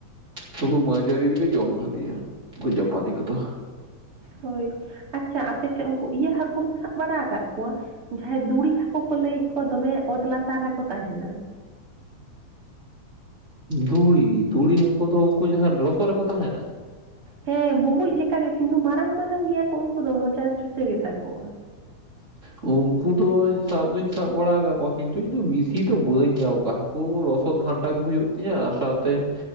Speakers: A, on the right; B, on the right.
A: ᱱᱩᱠᱩ ᱢᱟᱹᱡᱟᱹᱨᱤ ᱨᱮᱜᱮ ᱡᱚᱢ ᱵᱷᱟᱜᱮᱭᱟ ᱩᱱᱠᱩ ᱡᱟᱯᱟᱱᱤ ᱠᱚᱫᱚ᱾
B: ᱦᱳᱭ ᱟᱪᱪᱷᱟ ᱟᱯᱮ ᱥᱮᱜ ᱩᱱᱠᱩ ᱤᱭᱟᱹ ᱦᱟᱠᱩᱢ ᱥᱟᱵ ᱵᱟᱲᱟ ᱟᱠᱟᱜ ᱠᱚᱣᱟ? ᱡᱟᱦᱟᱸᱭ ᱫᱩᱬᱤ ᱦᱟᱠᱩ ᱠᱚ ᱞᱟᱹᱭᱮᱜ ᱠᱚᱣᱟ ᱫᱚᱢᱮ ᱚᱛ ᱞᱟᱛᱟᱨ ᱨᱮᱠᱚ ᱛᱟᱦᱮᱱᱟ᱾
A: ᱫᱩᱬᱤ, ᱫᱩᱬᱤ ᱦᱟᱹᱠᱩ ᱫᱚ ᱩᱱᱠᱩ ᱡᱟᱦᱟᱸ ᱞᱚᱥᱚᱜ ᱨᱮᱠᱚ ᱛᱟᱦᱮᱱᱟ?
B: ᱦᱮᱸ ᱵᱩᱸᱵᱩᱡ ᱞᱮᱠᱟ ᱜᱮ ᱠᱤᱱᱛᱩ ᱢᱟᱨᱟᱝ ᱢᱟᱨᱟᱝ ᱜᱮᱭᱟ ᱠᱚ ᱩᱱᱠᱩ ᱫᱚ ᱢᱚᱪᱟ ᱪᱷᱩᱪᱟᱹ ᱜᱮᱛᱟ ᱠᱚᱣᱟ᱾ <inaudible>
A: ᱩᱱᱠᱩ ᱫᱚᱧ ᱥᱟᱵ ᱫᱩᱧ ᱥᱟᱵ ᱵᱟᱲᱟ ᱟᱠᱟᱜ ᱠᱚᱣᱟ ᱠᱤᱱᱛᱩ ᱤᱧ ᱫᱚ ᱵᱤᱥᱤ ᱫᱚ ᱵᱟᱹᱧ ᱧᱟᱢ ᱠᱟᱣᱟ ᱦᱟᱠᱼᱼ ᱠᱷᱩᱵ ᱞᱚᱥᱚᱫ ᱜᱷᱟᱱᱴᱟ ᱜᱮ ᱦᱩᱭᱩᱜ ᱛᱤᱧᱟᱹ ᱟᱨ ᱥᱟᱶᱛᱮᱼᱼ